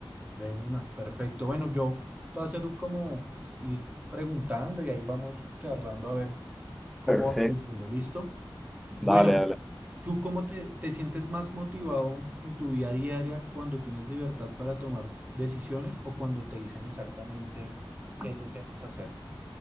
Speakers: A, on the right (about 20°); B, in the centre.
A: De una, perfecto. Bueno, yo te voy a hacer un como pues, ir preguntando y ahí vamos charlando a ver cómo
B: Perfecto.
A: va fluyendo, ¿listo? Bueno,
B: Dale, dale.
A: ¿Tú cómo te, te sientes más motivado en tu vida diaria cuando tienes libertad para tomar decisiones o cuando te dicen exactamente qué es lo que debes hacer?